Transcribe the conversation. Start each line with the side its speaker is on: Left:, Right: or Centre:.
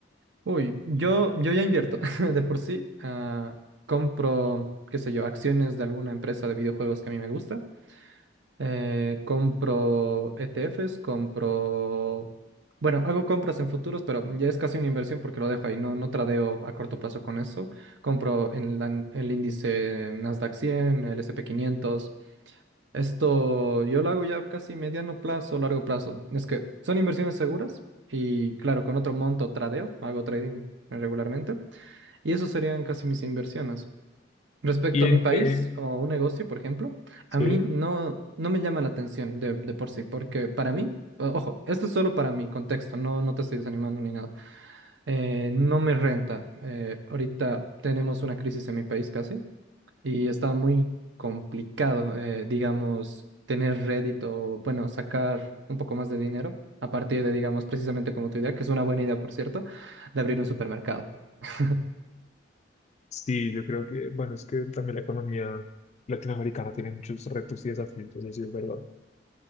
Right: Uy, yo, yo ya invierto <laughs> de por sí. ah, compro, qué sé yo, acciones de alguna empresa de videojuegos que a mí me gusta. eh, compro ETFs, compro... Bueno, hago compras en futuros, pero ya es casi una inversión porque lo dejo ahí. No, no tradeo a corto plazo con eso. Compro en la- el índice Nasdaq cien, el S and p quinientos. Esto yo lo hago ya casi mediano plazo, largo plazo. Es que son inversiones seguras y claro, con otro monto tradeo, hago trading regularmente y eso serían casi mis inversiones. Respecto
Left: ¿Y en
Right: a mi país
Left: qué?
Right: o un negocio, por ejemplo,
Left: Sí.
Right: a mí no, no me llama la atención de, de por sí, porque para mí, o- ojo, esto es solo para mi contexto, no, no te estoy desanimando ni nada. eh, no me renta. eh, ahorita tenemos una crisis en mi país casi y está muy complicado, eh, digamos, tener rédito, o, bueno, sacar un poco más de dinero a partir de, digamos, precisamente como tu idea, que es una buena idea, por cierto, de abrir un supermercado. <laughs>
Left: Sí, yo creo que, bueno, es que también la economía latinoamericana tiene muchos retos y desafíos, eso sí es verdad.